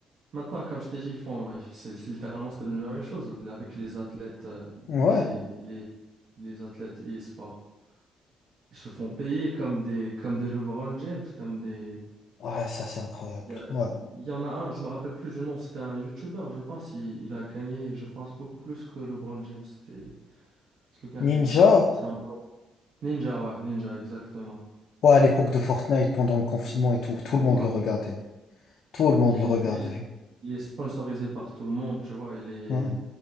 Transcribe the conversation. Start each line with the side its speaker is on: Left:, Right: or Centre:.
Right: maintenant, comme je t'ai dit, ils font, ils- c'est c'est littéralement, c'est devenu la même chose avec les athlètes, euh,
Left: ouais.
Right: les, les, les athlètes e-sport. Ils se font payer comme des, comme des LeBron James, comme des,
Left: Ouais, ça, c'est incroyable.
Right: Il y, a-
Left: Ouais.
Right: il y en a un, je me rappelle plus du nom, c'était un YouTuber, je pense. Il, il a gagné, je pense, beaucoup plus que LeBron James. C'était c'est le gars,
Left: Ninja?
Right: le, c'est un blond. Ninja, ouais, Ninja, exactement.
Left: Ouais, à l'époque de Fortnite, pendant le confinement et tout, tout le
Right: Ouais.
Left: monde le regardait. Tout le monde
Right: Et
Left: le
Right: il
Left: regardait.
Right: était, il est sponsorisé par tout le monde, tu vois. Il est,
Left: Ouais.